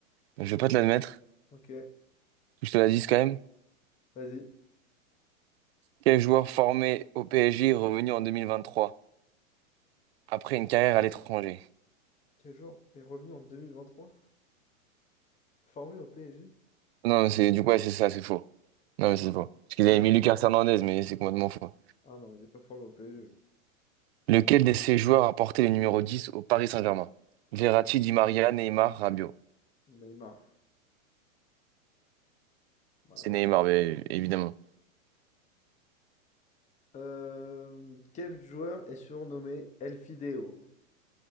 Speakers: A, on the right; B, on the left.
A: je vais pas te l'admettre.
B: Ok,
A: Je te la dis quand même.
B: vas-y.
A: Quel joueur formé au PSG est revenu en 2023 après une carrière à l'étranger?
B: Quel joueur est revenu en 2023 Formé au PSG?
A: Non, c'est du coup, ouais, c'est ça, c'est faux. Non, mais c'est faux. Parce
B: C'était
A: qu'ils avaient mis
B: qui?
A: Lucas Hernandez, mais c'est complètement faux.
B: Ah non, il n'est pas formé au PSG.
A: Lequel de ces joueurs a porté le numéro 10 au Paris Saint-Germain? Verratti, Di Maria, Neymar, Rabiot.
B: Neymar. Bah,
A: C'est
B: Alors,
A: Neymar, bien évidemment.
B: euh, Quel joueur est surnommé El Fideo?